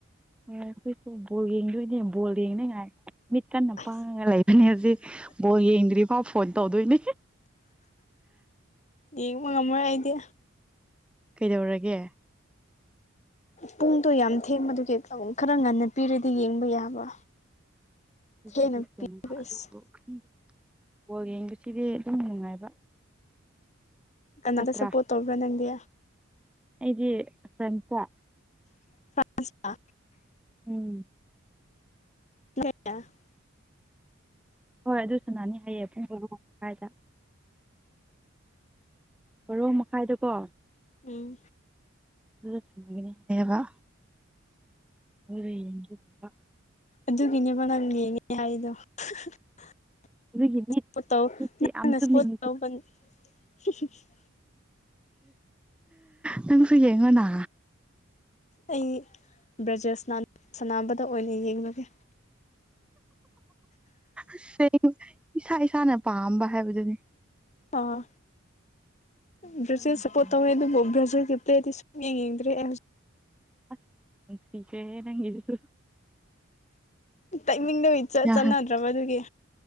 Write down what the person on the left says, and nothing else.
ꯑꯁ
ꯌꯦꯡꯕ ꯉꯝꯃꯣꯏ ꯑꯩꯗꯤ꯫
ꯄꯨꯡꯗꯣ ꯌꯥꯝ ꯊꯦꯡꯕꯗꯨꯒꯤ ꯑꯧ ꯈꯔ ꯉꯟꯅ ꯄꯤꯔꯗꯤ ꯌꯦꯡꯕ ꯌꯥꯕ꯫
ꯊꯦꯡꯅ
ꯄꯤꯕ
ꯏꯁ
ꯀꯅꯥꯗ
ꯁꯞꯄꯣꯔꯠ ꯇꯧꯕ꯭ꯔ ꯅꯪꯗꯤ꯫
<inaudible>
<inaudible>
ꯎꯝ
ꯑꯗꯨꯒꯤꯅꯦꯕ ꯅꯪ ꯌꯦꯡꯉꯦ ꯍꯥꯏꯗꯣ꯫ <inaudible>
ꯁꯞꯄꯣꯠ ꯇꯧ
ꯅꯪ
ꯁꯞꯄꯣꯠ ꯇꯧꯕ <unintelligible>
ꯑꯩ ꯕ꯭ꯔꯖꯦꯁ ꯁꯅꯥ-ꯁꯅꯥꯕꯗ ꯑꯣꯏꯅ ꯌꯦꯡꯉꯒꯦ꯫
ꯑꯣ
ꯕ꯭ꯔꯖꯤꯜ ꯁꯄꯣꯠ
ꯇꯧꯋꯦ ꯑꯗꯨꯕꯨ ꯕ꯭ꯔꯖꯤꯜꯒꯤ ꯄ꯭ꯂꯦꯗꯤ ꯁꯨꯡ ꯌꯦꯡꯗ꯭ꯔꯦ ꯑꯩ <unintelligible>
ꯇꯥꯏꯃꯤꯡꯗꯣ ꯏꯆꯥ
ꯆꯥꯅꯗ꯭ꯔꯕ ꯑꯗꯨꯒꯤ꯫